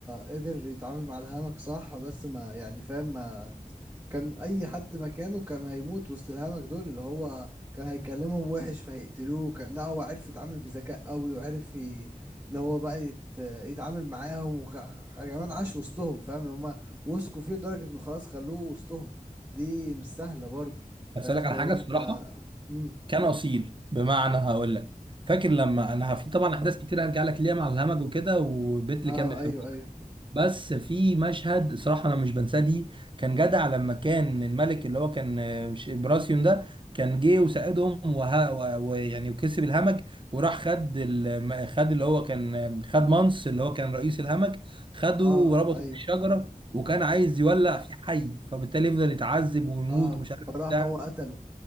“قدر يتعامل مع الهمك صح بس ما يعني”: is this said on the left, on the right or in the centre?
Right